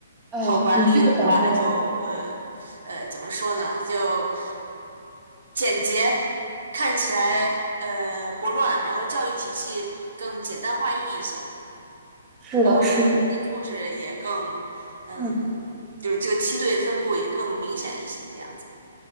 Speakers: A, on the right (about 20°); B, on the right (about 70°).
A: 哎，
B: 好管理的话就呃
A: 你这个角度
B: 呃怎么说呢？就简洁，看起来呃不乱，然后教育体系更简单化一些，
A: 是的，
B: 然后人的这个素质也更嗯，
A: 是的。嗯。
B: 就是这个梯队分布也更明显一些，这样子。